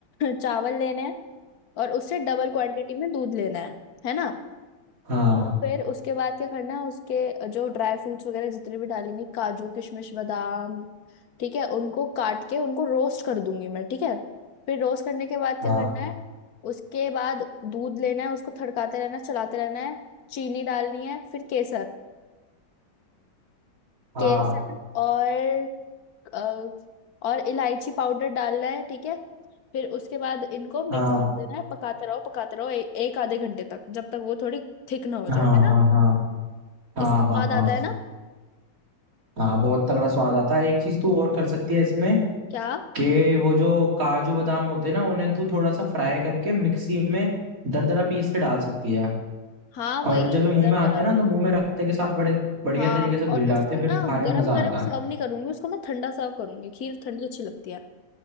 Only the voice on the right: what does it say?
हाँ
हाँ हाँ
हाँ
हाँ
हाँ
हाँ हाँ हाँ
हाँ हाँ
हाँ बहुत तगड़ा स्वाद आता है एक चीज तू और कर सकती है इसमें
के वो जो काजू बादाम होते हैं ना उन्हें तू थोड़ा सा फ्राई करके मिक्सी में दरदरा पीस के डाल सकती है
और जब ये मुंह
में आते हैं
ना तो मुंह में रखते के साथ बड़े बढ़िया
तरीके से घुल
जाते
हैं फिर
खाने
में मजा
आता है